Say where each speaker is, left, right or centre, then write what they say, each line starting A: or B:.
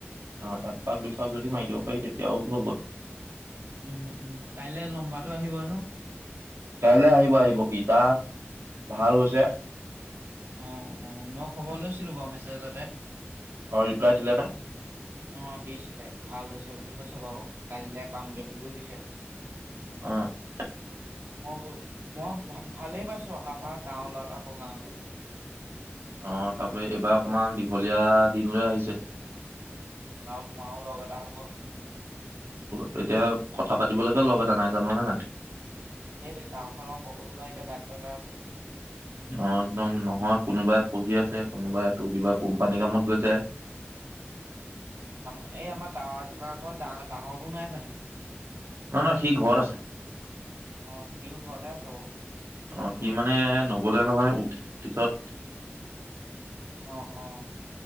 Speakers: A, on the right; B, on the right.
A: অঁ একপাক দুই পাক যদি মাৰি দিব পাৰি তেতিয়াও হৈ গ'ল
B: উম উম কাইলৈ লম্বাতো আহিব হেনো
A: কাইলৈ আহিব আহিব সি তা ভাল হৈছে
B: অঁ অঁ মই খবৰ লৈছিলো বাও মেছেজতে
A: অঁ ৰিপ্লাই দিলে নে
B: অঁ দিছিলে ভাল হৈছে বুলি কৈছে বাৰু কালিল পামগে বুলিও দিছে
A: অ অ
B: অঁ ব মই ভ ভালেই পাইছো অহা পা গাৱৰ লৰাটো আকৌ গাঁৱলৈকে
A: অ তাৰপৰা এইবাৰ অকমান দীঘলীয়া দিন লৈ আহিছে।
B: আৰু তোমাৰো লগ এটা হব।
A: তেতিয়া কথা পাতিব লৈকে লগ এতা নাই জান নে নাই।
B: সেইটোৱেই গাঁওখনৰ সকলো ল'ৰা এতিয়া বাহিৰতে আছে।
A: অ একদম নহয় কোনোবাই পঢ়ি আছে কোনোবাই তোৰ কিবা কোম্পানী কামত গৈছে।
B: আমা এই আমাৰ টাৱাৰ থকা ঘৰত ডাঙ ডাঙৰো নাই জানো?
A: নহয় নহয় সি ঘৰত আছে
B: অ সিও ঘৰতে আছে বাৰু।
A: ।অ সি মানে নগলে নহয়। পিছত
B: অ অ।